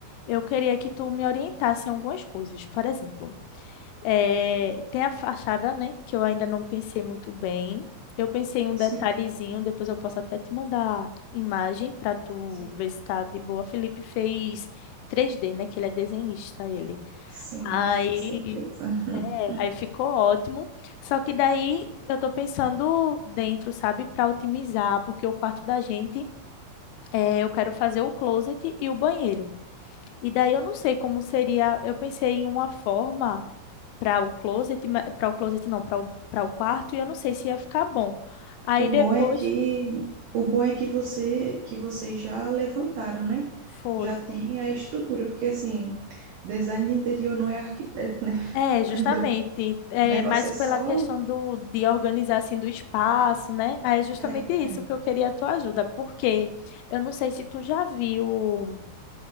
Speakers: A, on the left (about 85°); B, on the right (about 90°).
A: eu queria que tu me orientasse em algumas coisas. Por exemplo, eh, tem a fachada, né? Que eu ainda não pensei muito bem. Eu pensei em um
B: Sim,
A: detalhezinho, depois eu posso até te mandar imagem para tu
B: sim,
A: ver se tá de boa. Felipe fez 3D, né? Que ele é desenhista, ele.
B: sim,
A: Aí
B: né, com certeza. <laughs>
A: Aí ficou ótimo. Só que daí eu tô pensando dentro, sabe, para otimizar, porque o quarto da gente é, eu quero fazer o closet e o banheiro. E daí eu não sei como seria. Eu pensei em uma forma para o closet, para o closet não, para o, para o quarto, e eu não sei se ia ficar bom. Aí
B: O bom
A: depois
B: é que o bom é que você que vocês já levantaram, né?
A: foi.
B: Já tem a estrutura, porque assim, design de interior não é arquiteto, né?
A: É,
B: <laughs>
A: justamente,
B: Ainda bem.
A: é
B: O negócio
A: mais
B: é
A: pela
B: só
A: questão do, de organizar assim do espaço, né? Aí é justamente
B: é,
A: isso
B: é,
A: que eu queria a tua ajuda, porque eu não sei se tu já viu